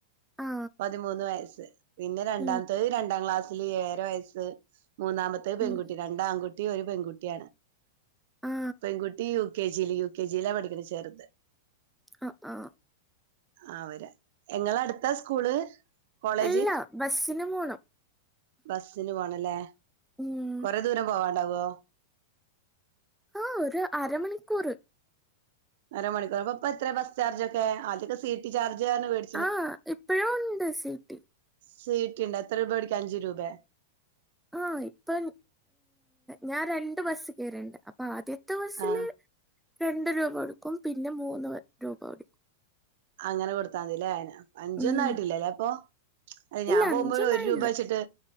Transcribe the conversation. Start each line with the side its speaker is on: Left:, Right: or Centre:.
Centre: ആ
Right: പതിമൂന്ന് വയസ്സ് പിന്നെ രണ്ടാമത്തെ
Centre: ഉം
Right: രണ്ടാം ക്ലാസ്സില് ഏഴര വയസ്സ് മൂന്നാമത്തെ പെൺകുട്ടി
Centre: ഉം
Right: രണ്ട് ആൺകുട്ടി ഒരു പെൺകുട്ടിയാണ്
Centre: ആ
Right: പെൺകുട്ടി യു കെ ജിയില് യു. കെ. ജി ലാണ് പഠിക്ക ഒന്ന് ചേർത്
Centre: ആഹ് ആഹ്
Right: ആഹ് വരാ ഇങ്ങളെ അടുത്താ സ്കൂള് കോളേജ്
Centre: അല്ല ബസ്സിന് പോണം
Right: ബസ്സിന് പോണല്ലേ
Centre: ഉം
Right: കൊറെ ദൂരം പോവാണ്ടാവോ
Centre: ആഹ് ഒരു അര മണിക്കൂർ
Right: അരമണിക്കൂർ ഇപ്പം എത്ര ബസ് ചാർജ്ക്കെ ആദ്യൊക്കെ സീട്ടി ചാർജ് എന്ന് വെടി
Centre: ആഹ് ഇപ്പോഴും ഉണ്ട് സീട്ടി
Right: സീട്ടി ഉണ്ട് എത്ര രൂപ വേടിക്കാ അഞ്ച് രൂപേ
Centre: ആഹ് ഇപ്പം ഞാൻ രണ്ട് ബസ്സ് കേറലുണ്ട് ആദ്യത്തെ ബസ്സില്
Right: ആഹ്
Centre: രണ്ട് രൂപ കൊടുക്കും പിന്നെ മൂന്ന് രൂപ കൊടുക്കും
Right: അങ്ങനെ കൊടുത്താമതില്ലേ അഞ്ചൊന്നും
Centre: ഉം
Right: ആയിട്ടില്ലല്ലേ അപ്പൊ അത് ഞാൻ
Centre: ഇല്ല
Right: പോകുമ്പോഴും
Centre: അഞ്ചൊന്നായില്ല
Right: ഒരു രൂപ വെച്ചിട്ട്